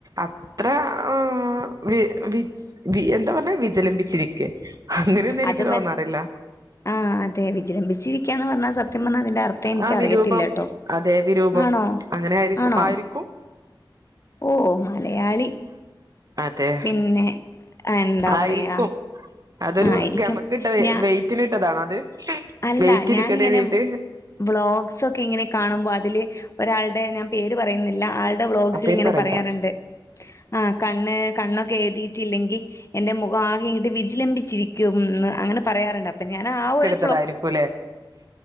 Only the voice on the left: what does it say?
അത്
മ ആഹ് അതെ വിജലംമ്പിച്ചിരിക്ക്യാന്ന് പറഞ്ഞാൽ സത്യം പറഞ്ഞാ അതിന്റർ ത്ഥം എനിക്കറിയത്തില്ലട്ടോ
ആണോ
ആണോ
ഓഹ് മലയാളി
പിന്നെ എന്താ
പറയാ
ആയിരിക്കും
ഞാ
അല്ല
ഞാനിങ്ങനെ
വ്ളോഗ്സ് ഒക്കെ ഇങ്ങനെ കാണുമ്പൊ അതില് ഒരാളുടെ ഞാൻ പേര് പറയുന്നില്ല ആൾ ടെ വ്ളോഗ്സിൽ
ഇങ്ങനെ
പറയാറിണ്ട് ആ കണ്ണ് കണ്ണൊക്കെ എഴുതീട്ടില്ലെങ്കി എന്റെ മുഖം ആകെ ഇങ്ങിട്ട് വിജിലംബിച്ചിരിക്കുംന്ന് അങ്ങനെ പറയാറിണ്ട് അപ്പൊ ഞാൻ ആ ഒരു